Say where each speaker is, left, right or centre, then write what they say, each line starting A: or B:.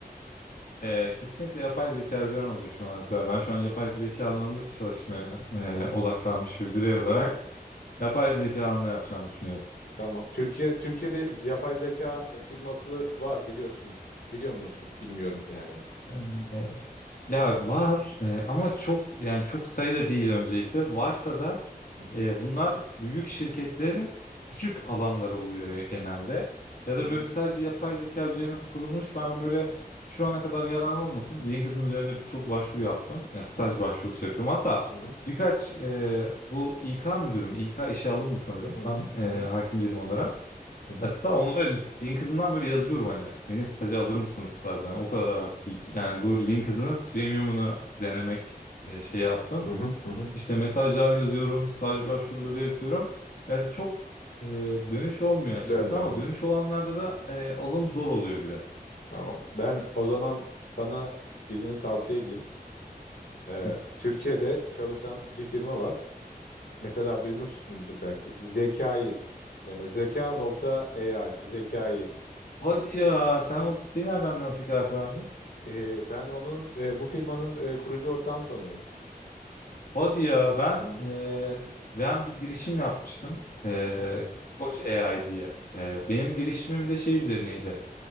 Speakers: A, on the left; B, on the left.
A: Ee, kesinlikle yapay zeka üzerine olacak şu an Alp abi. Ben şu an yapay zeka alanında çalışmaya e, odaklanmış bir birey olarak
B: Süper.
A: yapay zeka alanında yapacağımı düşünüyorum.
B: Tamam. Türkiye Türkiye'de yapay zeka e, firması var biliyorsun. Biliyor musun? Bilmiyorum yani.
A: Ee, ya var e, ama çok yani çok sayıda değil öncelikle. Varsa da
B: hı
A: E, bunlar büyük şirketlerin küçük alanları oluyor ya genelde. Ya da
B: hı
A: böyle sadece yapay zeka üzerine kurulmuş. Ben böyle şu ana kadar yalan olmasın. LinkedIn üzerinde birçok başvuru yaptım. Yani staj
B: hı hı
A: başvurusu yapıyorum. Hatta
B: hı
A: birkaç e, bu İK müdürüm, İK işe alımdı sanırım.
B: hı hı
A: Tam e,
B: hı
A: hakim
B: hı
A: değilim onlara.
B: hı
A: Hatta onlara LinkedIn'dan böyle yazıyorum hani beni staja alır mısınız tarzı. Hani o kadar artık yani bu LinkedIn'ı premiumunu denemek e, şey yaptım.
B: hı hı hı hı.
A: İşte mesajlar yazıyorum, staj başvuruları yapıyorum. Ya çok e, dönüş olmuyor açıkçası
B: Dönmüyorlar.
A: ama dönüş olanlarda da e, alım zor oluyor biraz.
B: Tamam. Ben o zaman sana birini tavsiye edeyim. Ee,
A: Hı.
B: Türkiye'de çalışan bir firma var. Mesela duymuşsundur belki. Zekayı. Yani zeka nokta AI. Zekayı.
A: Hadi ya sen o siteyi nereden biliyorsun peki Alper abi?
B: E, ben onun e, bu firmanın e, kurucu ortağını tanıyorum.
A: Hadi ya ben
B: Hı
A: e, ben bir girişim yapmıştım. E,
B: hı hı
A: Koç AI diye. E, benim girişimim de şey üzerineydi.